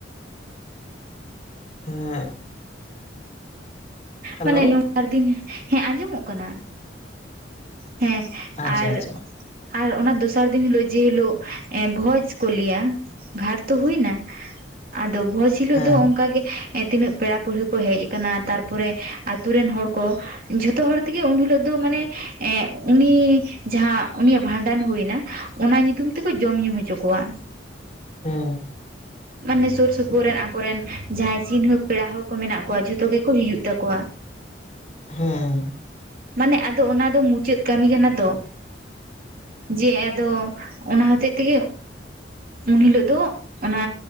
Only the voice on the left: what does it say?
ᱦᱮᱸ ᱦᱮᱞᱳ
ᱟᱪᱪᱷᱟ
ᱟᱪᱪᱷᱟ
ᱦᱮᱸ
ᱦᱮᱸ
ᱦᱮᱸ